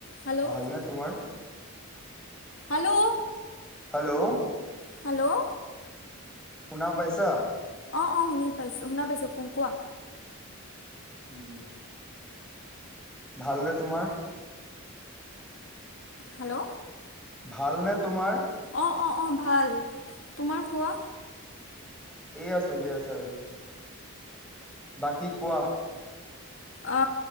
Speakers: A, on the left; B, in the centre.
A: হেল্ল'
B: ভালনে তোমাৰ
A: হেল্ল'
B: হেল্ল'
A: হেল্ল'
B: শুনা পাইছা?
A: অ অ শুনি পাইছো শুনা পাইছো অ কোৱা
B: উম ভালনে তোমাৰ?
A: হেল্ল
B: ভালনে তোমাৰ?
A: অ অ অ ভাল, তোমাৰ কোৱা?
B: এইয়া চলি আছে আৰু। বাকী কোৱা?
A: আ